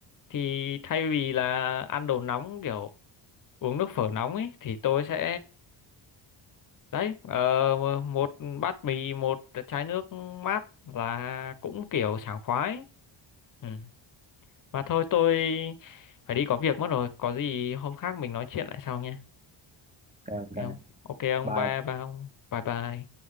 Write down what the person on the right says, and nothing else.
ok ok
bye